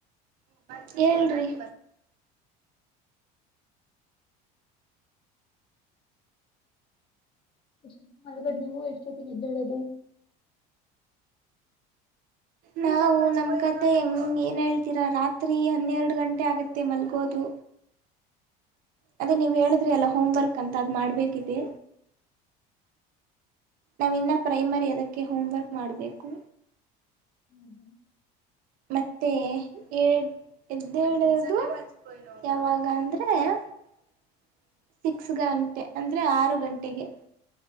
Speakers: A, on the right; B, on the left.
A: <unintelligible> ಹೇಳ್ರಿ
B: ಎಷ್ಟೊತ್ತಿಗೆ ಮಲ್ಕೋದು ಎಷ್ಟೊತ್ತಿಗೆ ಇದ್ದಳದು
A: ನಾವು ನಮ್ಮ ಕತೆೆ ಹೆಂಗಂಗೆ ಏನು ಹೇಳ್ತೀರಾ ರಾತ್ರಿ ಹನ್ನೆರಡು ಗಂಟೆ ಆಗತ್ತೆ ಮಲ್ಗೋದು
B: ಹ <inaudible>
A: ಅದೇ ನೀವ ಹೇಳಿದ್ರಿ ಅಲ್ಲ ಹೋಮ್ವರ್ಕ್ ಅಂತ ಅದ್ ಮಾಡ್ಬೇಕಿದೆ ನಾವ ಇನ್ನ ಪ್ರೈಮರಿ ಅದಕ್ಕೆ ಹೋಮ್ ವರ್ಕ್ ಮಾಡ್ಬೇಕು
B: ಹ್ಮ ಹ್ಮ
A: ಮತ್ತೆ ಎ ಎದ್ದೇಳುವುದು ಯಾವಾಗ ಅಂದ್ರೆ <inaudible> ಸಿಕ್ಸ್ ಗಂಟೆ ಅಂದ್ರೆ ಆರು ಗಂಟೆಗೆ